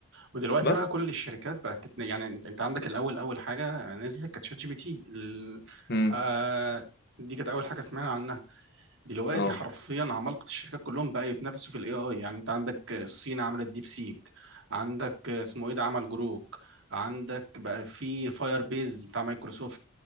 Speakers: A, on the right (about 60°); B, on the left (about 45°).
A: ودلوقتي
B: بس
A: بقى كل الشركات بقت تتن... يعني انت أنت عندك الاول اول حاجة نزلت كانت شات جي بي تي ال...
B: امم
A: آه... دي كانت اول حاجة سمعنا عنها دلوقتي
B: اه
A: حرفيا عمالقة الشركات كلهم بقى يتنافسوا في الاي اي يعني انت عندك الصين عملت ديب سيك عندك اسمه ايه ده عمل جروك عندك بقى في فاير بيز بتاع مايكروسوفت